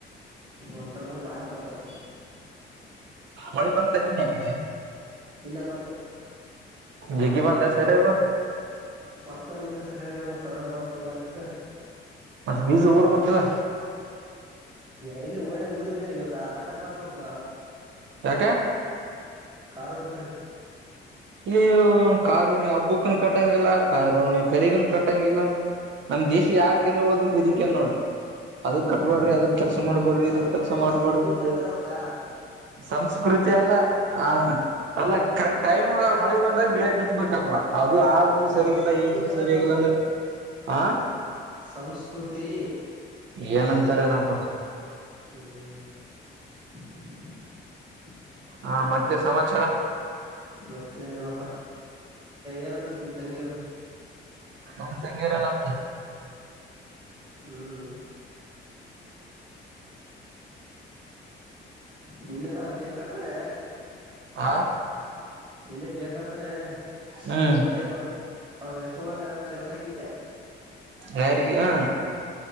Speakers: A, on the right (about 25°); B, on the right (about 70°).
A: ಒಂಟೂಡ ನಾವು ಯಾಕೆ ಮಥ್ಡಿಸ್ಬೆಕು
B: ಒಳಿ ಬಂದುತ ನೀ ಮ ಕಡೆ
A: ಇನ್ನ ಬಂತು
B: ಜಿಗಿ ಬಧ ಸೆರ ಇ ಬ
A: ಬಂತ ನಿನ್ನೆ ಸರಿಯಾಗಲ್ಲ ಚ ಬಂತು ಒಂದ್ ಲೆಕ್ಕ
B: ಮೀಸ ಊರ್ಪಕ್ಕಲ್ಲ
A: ಎಲ್ಲಿ ಓಣಗ್ ಊರಿದ್ದೇ ಇವತ್ತು ಕಟಕ್ ಬರ್ಲಂತಕ
B: ಯಾಕೆ
A: ಕಾರಣ ಕರಿ
B: ಇಲ್ಲಿ ಕಾರುಣಿ ಹಬ್ಬುಕ್ಕನ ಕಟ್ಟಂಗಗೆಲ್ಲ ಕಾರೋಣಿ ಕರಗನ್ ಕಟ್ಟಂಗಿಲ್ಲ ನಮ್ ದೇಶ ಯಾಕಂದ ಉಳದಂದ್ರೆ ಇದ ಏನ್ ನೋಡ ಅದಕ್
A: ಹಂಗಂದೆ
B: ಕಟ್ಬೇಡ್ರಿ ಅದಕ್ ಕೆಲ್ಸ ಮಾಡ್ಬೇಡ್ರಿ
A: ಸಂಸ್ಕೃತ
B: ಇದಕ್ ಕೆಲ್ಸ ಮಾಡ್ಬಡ್ರಿ
A: ಸಂಸ್ಕೃತ
B: ಅಂತ
A: ಅಂತಾರ ಅದಕ್ಕ
B: ಸಂಸ್ಕೃತಿ ಅಲ್ಲ ಹ ಅಲ್ಲ ಕರೆಕ್ಟ್ ಟೈಮ್ ಮಳೆ ಬಂದಾಗ ಬೆಳೆ ಬಿತ್ಬೇಕಪ್ಪವಾ ಅದು ಆ ಹುಣಿ
A: ಅಲ್ಲಲ್ಲ
B: ಸರಿಯ ಇಲ್ಲ
A: ಸಂಸ್ಕೃತಿ
B: ಈ ಹುಣ್ಣಿ
A: ಅಂತಾರ
B: ಸರಿಗಿಲ್ಲಾ
A: ಅದಕ್ಕ
B: ಅಂದ್ರೆ ಆ
A: ಸಂಸ್ಕೃತಿ
B: ಏನಂತಾರ ಏನಪ್ಪ
A: ಹ <inaudible>
B: ಹಾ ಮತ್ತೆ ಸಮಾಚಾರ
A: ಮತ್ತ ಏನಲ್ಲಪ್ಪಾ ಏಾರಂದ್ರಪ್ಪ ನಿಮ್ ತಂಗಿಯಾರ
B: ನಮಂತಗೆಲ್ಲ ನಂತೆ
A: ಹ್ಮ್ ನಿನ್ನೆನ ಬೇಕತ್ತಾರೆ
B: ಹಾ
A: ನಿನ್ನೆ ಬೇಕಂತಾನೆ
B: ಹ್ಮ್
A: ಸ್ಟೂರಗ ಅವ್ರಿಗೆ ಎಷ್ಟು ಹೋಗಾಗು ಸೇಡಸ್ ಹಕಿದ್ದೆ
B: ಯಾರಿಗೆ ಹ